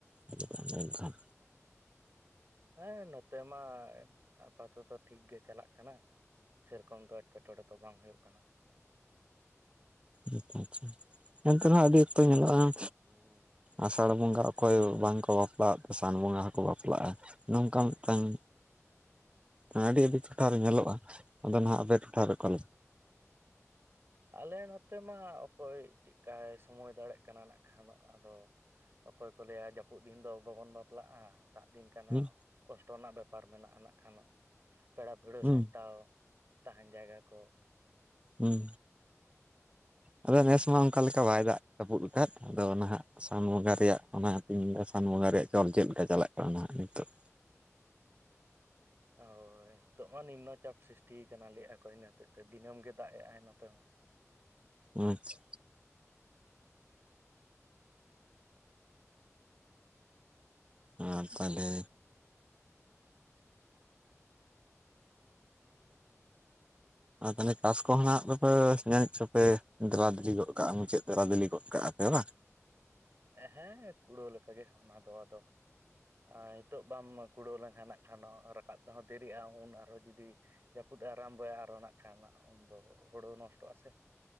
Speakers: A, on the right (about 20°); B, on the right (about 45°).
A: ᱠᱟᱹᱴᱤᱡ ᱮᱢ ᱞᱟᱹᱭ ᱞᱮᱠᱷᱟᱱ?
B: ᱦᱮᱸ ᱱᱚᱛᱮ ᱢᱟ ᱟᱯᱟᱛᱚᱛᱚ ᱴᱷᱤᱠ ᱜᱮ ᱪᱟᱞᱟᱜ ᱠᱟᱱᱟ᱾ ᱥᱮᱨᱚᱠᱚᱢ ᱫᱚ ᱮᱴᱠᱮᱴᱚᱬᱮ ᱫᱚ ᱵᱟᱝ ᱦᱚᱭᱩᱜ ᱠᱟᱱᱟ᱾
A: ᱟᱪᱪᱷᱟ ᱟᱪᱪᱷᱟ᱾ ᱮᱱᱛᱮ ᱨᱮᱦᱚᱸ ᱟᱹᱰᱤ ᱚᱠᱛᱚ ᱧᱮᱞᱚᱜᱼᱟ ᱮᱸ ᱟᱥᱟᱲ ᱵᱚᱸᱜᱟ ᱚᱠᱚᱭ ᱵᱟᱝᱠᱚ ᱵᱟᱯᱞᱟᱜ ᱥᱟᱱ ᱵᱚᱸᱜᱟ ᱦᱚᱸᱠᱚ ᱵᱟᱯᱞᱟᱜᱼᱟ᱾ ᱱᱚᱝᱠᱟ ᱢᱤᱫᱴᱟᱝ ᱮᱸ ᱟᱹᱰᱤ ᱟᱹᱰᱤ ᱴᱚᱴᱷᱟᱨᱮ ᱧᱮᱞᱚᱜᱼᱟ ᱟᱫᱚ ᱱᱟᱦᱟᱜ ᱟᱯᱮ ᱴᱚᱴᱷᱟ ᱨᱮ ᱠᱚᱟ ᱞᱮ
B: ᱟᱞᱮ ᱱᱚᱛᱮ ᱢᱟ ᱚᱠᱚᱭ ᱪᱮᱫᱞᱮᱠᱟᱭ ᱥᱚᱢᱚᱭ ᱫᱟᱲᱮᱭᱟᱜ ᱠᱟᱱᱟ ᱱᱟᱜ ᱠᱷᱟᱱ ᱟᱫᱚ ᱚᱠᱚᱭ ᱞᱟᱹᱭᱟ ᱡᱟᱯᱩᱫ ᱫᱤᱱ ᱫᱚ ᱵᱟᱵᱚᱱ ᱵᱟᱯᱞᱟᱜᱼᱟ᱾ ᱫᱟᱜ ᱫᱤᱱ ᱠᱟᱱᱟ
A: ᱦᱩᱸ
B: ᱠᱚᱥᱴᱚ ᱨᱮᱱᱟᱜ ᱵᱮᱯᱟᱨ ᱢᱮᱱᱟᱜᱼᱟ ᱱᱟᱜ ᱠᱷᱟᱱᱟᱜ᱾ ᱯᱮᱲᱟ ᱯᱟᱹᱲᱦᱟᱹ
A: ᱦᱩᱸ
B: ᱥᱟᱢᱴᱟᱣ ᱛᱟᱦᱮᱱ ᱡᱟᱭᱜᱟ ᱠᱚ
A: ᱦᱩᱸ ᱟᱫᱚ ᱱᱮᱥ ᱢᱟ ᱚᱱᱠᱟ ᱞᱮᱠᱟ ᱵᱟᱭ ᱫᱟᱜ ᱡᱟᱹᱯᱩᱫ ᱟᱠᱟᱫ ᱟᱫᱚ ᱱᱟᱦᱟᱜ ᱥᱟᱱ ᱵᱚᱸᱜᱟ ᱨᱮᱭᱟᱜ ᱚᱱᱟᱛᱤᱧ ᱢᱮᱱᱫᱟ ᱥᱟᱱ ᱵᱚᱸᱜᱟ ᱨᱮᱭᱟᱜ ᱪᱚᱞ ᱪᱮᱫ ᱞᱮᱠᱟ ᱪᱟᱞᱟᱜ ᱠᱟᱱᱟᱦᱟᱜ ᱱᱤᱛᱚᱜ?
B: ᱚ ᱦᱳᱭ᱾ ᱦᱳᱭ ᱱᱤᱛᱚᱜ ᱢᱟ ᱱᱤᱢᱱᱚ ᱪᱟᱯ ᱥᱨᱤᱥᱴᱤᱤᱭ ᱠᱟᱱᱟ ᱞᱮᱟᱹᱭᱼᱟ ᱠᱚ ᱤᱱᱟ ᱦᱚᱛᱮᱜ ᱛᱮ ᱫᱤᱱᱟᱹᱢ ᱜᱮ ᱫᱟᱜ-ᱮᱜ ᱟᱭ ᱱᱚᱛᱮ ᱢᱟ᱾
A: ᱟᱪᱪᱷᱟ᱾ ᱟᱨ ᱛᱟᱦᱚᱞᱮ ᱟᱨ ᱛᱟᱦᱚᱞᱮ ᱪᱟᱥ ᱠᱚᱦᱚᱸ ᱱᱟᱜ ᱫᱚᱯᱮ ᱧᱮᱞ ᱪᱚᱯᱮ ᱫᱮᱞᱟ ᱫᱮᱞᱮ ᱜᱚᱫ ᱠᱟᱜᱼᱟ ᱢᱩᱪᱟᱹᱫ ᱫᱷᱟᱨᱟ ᱵᱤᱞᱤ ᱜᱚᱫ ᱠᱟᱜᱼᱟ ᱯᱮ ᱵᱟᱝ?
B: ᱦᱮᱸ ᱠᱩᱲᱟᱹᱣ ᱞᱮᱠᱟᱜᱮ ᱚᱱᱟ ᱫᱚ ᱟᱫᱚ ᱟ ᱦᱤᱛᱚᱜ ᱵᱟᱢ ᱠᱩᱲᱟᱹᱣ ᱞᱮᱱᱠᱷᱟᱱ ᱱᱟᱜ ᱠᱷᱟᱱᱚᱜ ᱨᱟᱠᱟᱵ ᱛᱮᱦᱚᱸ ᱫᱮᱨᱤᱜᱼᱟ ᱩᱱ ᱟᱨᱦᱚᱸ ᱡᱩᱫᱤ ᱡᱟᱹᱯᱩᱫ-ᱮ ᱟᱨᱟᱢᱵᱚᱭᱟ ᱟᱨᱚᱸ ᱱᱟᱜ ᱠᱷᱟᱱ ᱩᱱᱫᱚ ᱦᱳᱲᱳ ᱱᱚᱥᱴᱚᱜᱼᱟ ᱥᱮ᱾